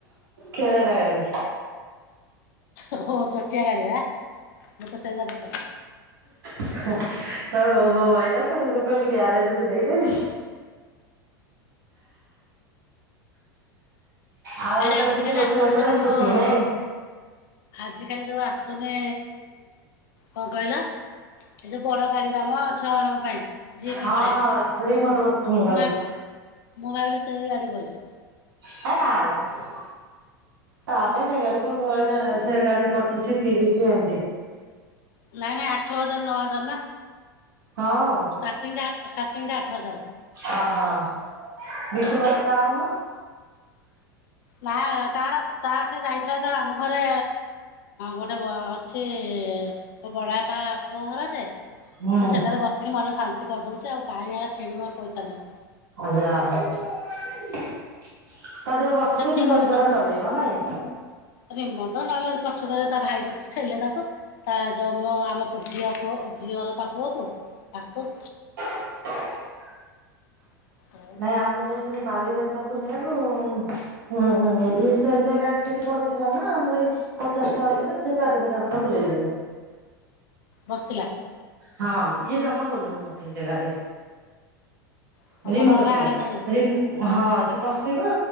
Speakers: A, on the right; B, on the left.
A: ଖେଳନା ଗାଡି।
B: ଓହୋ ଛୋଟିଆ ଗାଡିରା ମୁଁ ତ ସେଇଆ ପଚାରୁଚି।
A: ତ ଓହୋ ଆଇଲା ତ, ମୁଁ ଯୋଉ କହିଲି ଗ୍ୟାରେଜକୁ ଦେଇଦେବି। ଆଉ ଆଜି
B: ରା
A: ତାହେଲେ
B: ଆଜିକାଲି
A: କିଛି ରୋଷେଇ
B: ଆସୁନି
A: ବାସ
B: ଯୋଉ,
A: ନାହିଁ ଛୁଟି ନାଇଁ?
B: ଆଜିକାଲି ଯୋଉ ଆସୁ ତୁମେ କଣ କହିଲ ଏ ଯୋଉ ବଡ଼ ଗାଡିରା ମ ଛୁଆ ମାନଙ୍କ ପାଇଁ। ଜିପି
A: ହଁ
B: ଭଳିଆ
A: ହଁ ରିମୋଟ ବଟମ୍
B: ମୁଁ
A: ଗାଡି।
B: ଭା ମୁଁ ଭାବିଲି ସେହି ଗାଡି ବୋଲି।
A: ହେ ନା ମ। ତା ପାଇଁ ସେ ଗାଡି କୋଉଠୁ ଅଇଲା ସେ ଗାଡି ପଚିଶି ତିରିଶ ଏମିତି।
B: ନାଇଁ ନାଇଁ ଆଠ ହଜାର ନଅ ହଜାର ନା।
A: ହଁ।
B: ଷ୍ଟାଟିଂଟା ଷ୍ଟାର୍ଟିଂଟା ଆଠ ହଜାର।
A: ଓ ହୋ ବିଟୁ ପାଇଁ ଗୋଟେ ଆଣୁନ?
B: ତା ତାର ତାର ସେ ଯାଇଥିଲା ତା ମାମୁ ଘରେ ଗୋଟେ ସେ ମୋ ବଡବାପା ପୁଅ ଘର ଯେ
A: ହୁଁ
B: ସେ ସେଠାରେ ବସିକି ମନ ଶାନ୍ କରିଦଉଚି ଆଉ କାଇଁ ହେରା କିଣିବ ପଇସା ନାଁ
A: ଯାହାହଉ। ତା ଦେହରେ ବସିଲେ
B: ସେଠି
A: ରିମୋଟ
B: ଗଲେ
A: ଦ୍ଵାରା
B: ତ
A: ଚଲେଇବ ନାଇଁ।
B: ରିମୋଟ ନହେଲେ ପଛକରେ ତା ଭାଇ ବସିଚି ଛେଲେ ତାକୁ। ତା ଯ ମ ଆମ ଝିଅ ପୁଅ ଝିଅର ତା ପୁଅକୁ ତାକୁ
A: <inaudible>
B: ଆଉ
A: ନାଇଁ ଆମେ ଯାଇଥିଲୁ ବାଲିଯାତ୍ରା ବୁଲିବାକୁ ହୁଁ ହୁଁ ଇଏ ସେମିତିଆ ଗାଡି ସେଠି ପଡିଥିଲା ନା ମାନେ ପଚାଶ ଟଙ୍କା ଦେଲେ ସେ ଚାରିଘେରା ଖଣ୍ଡେ ବୁଲେଇ ଦେବେ।
B: ବସିଥିଲା।
A: ହଁ ଇଏ ଜମା ଓହ୍ଲୋଉ ନ ଥାଏ ସେ ଗାଡିରୁ।
B: <inaudible>
A: ରିମୋଟ ଦିଆ ରି ହଁ ସେ ବସିବ,